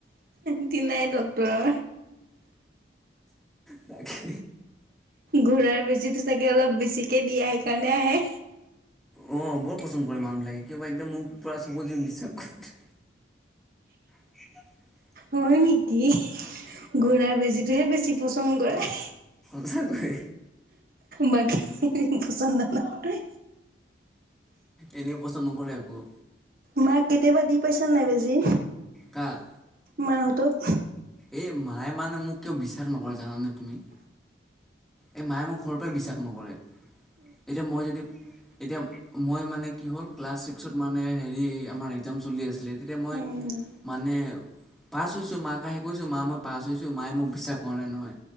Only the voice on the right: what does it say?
চুতি নাই ডক্টৰৰ
ঘূৰাৰ বেজিটো চাগে অলপ বেছিকে দিয়া সেইকাৰণে আহে
হয় নেকি ঘূৰাৰ বেজীটোহে বেছি পছন্দ কৰে।
বাকী পছন্দ নহয়।
মাক কেতিয়াবা দি পাইছানে নাই বেজী?
মাহঁতক।
উম